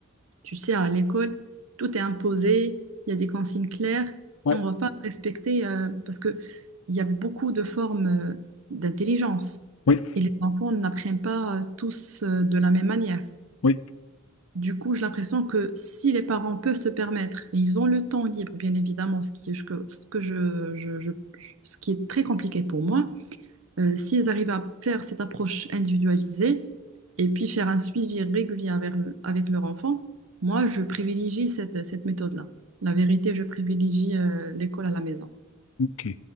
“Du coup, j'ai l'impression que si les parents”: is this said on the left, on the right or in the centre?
Right